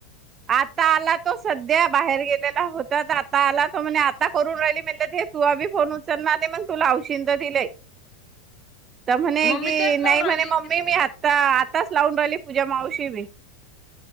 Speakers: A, on the right; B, on the left.
A: आता आला तो सध्या बाहेर गेलेला होता आता आला तो म्हणजे आता करून राहिली म्हणे ते तू बी फोन उचलणार ते मग तुला लावशील तर तिलें तर म्हणे
B: मग मी
A: की
B: तेच म्हणू
A: नाही म्हणे
B: राहिली की
A: मम्मी मी आता आताच लावून राहिली पूजा मावशी बी